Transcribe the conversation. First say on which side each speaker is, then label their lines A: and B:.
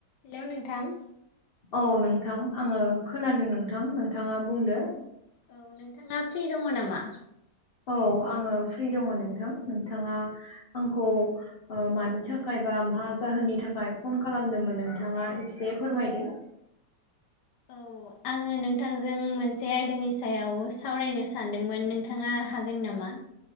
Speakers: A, on the left; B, on the left.
A: Hello नोंथां
B: औ नोंथां आङो खोनादों नोंथां नोंथाङा बुंदो
A: औ नोंथाङा फ्रि दङ नामा?
B: औ आङो फ्रि दङ नोंथां नोंथाङा आंखौ मानि ओ थाखाय बा मा जाहोननि थाखाय फन खालामदोंमोन नोंथाङा एसे फोरमायदो
A: औ आङो नोंथांजों मोनसे आयदानि सायाव सावरायनो सानदोंमोन नोंथाङा हागोन नामा? मा?